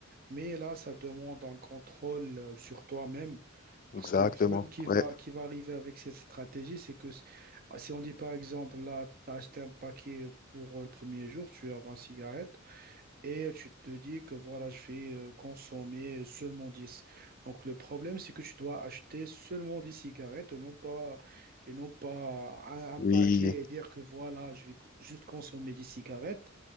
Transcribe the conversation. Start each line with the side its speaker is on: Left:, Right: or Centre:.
Right: Mais là, ça demande un contrôle euh, sur toi-même parce
Left: Exactement.
Right: que le problème qui va,
Left: Ouais.
Right: qui va arriver avec cette stratégie, c'est que s- si on dit par exemple, là, tu as acheté un paquet pour euh, le premier jour, tu as 20 cigarettes et tu te dis que voilà, je vais euh, consommer seulement 10. Donc le problème, c'est que tu dois acheter seulement 10 cigarettes et non pas, et non pas un, un
Left: Oui,
Right: paquet et dire que voilà, je vais co- juste consommer 10 cigarettes